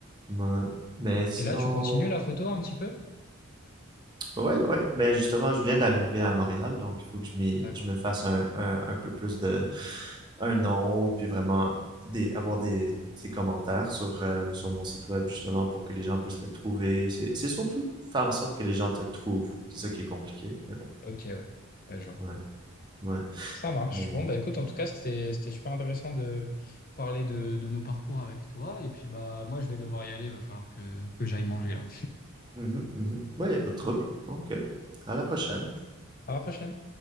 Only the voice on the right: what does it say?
Moi- Mais sinon,
Ouais, ouais, mais justement, je viens d'arriver à Montréal, donc il faut que je m'y-
je me fasse un, un, un peu plus de un nom, puis vraiment des, avoir des, des commentaires sur, euh, sur mon site web, justement, pour que les gens puissent le trouver. C'est c'est surtout faire en sorte que les gens te trouvent. C'est ça qui est compliqué, mais bon.
Ouais, ouais,
mais...
Mhm, mhm. Ouais, y a pas de trouble. Donc, euh, à la prochaine.